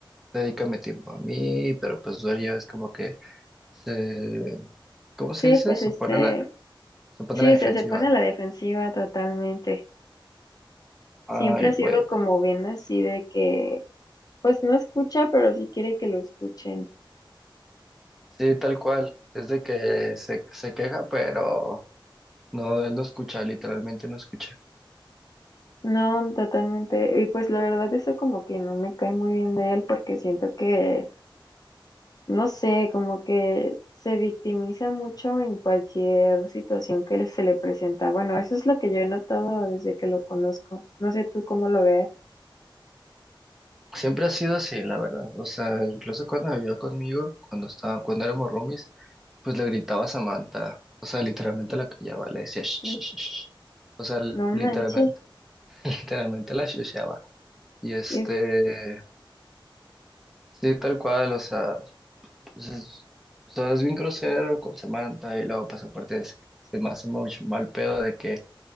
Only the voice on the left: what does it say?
Sí,
pues
este,
sí,
o sea, se pone a la defensiva totalmente.
Siempre ha sido
como bien así de que, pues no escucha, pero sí quiere que lo escuchen.
No, totalmente. Y pues la verdad eso como que no me cae muy bien de él porque siento que, no sé, como que se victimiza mucho en cualquier situación que le- se le presenta. Bueno, eso es lo que yo he notado desde que lo conozco. No sé tú cómo lo veas.
Y
No
manches,
qué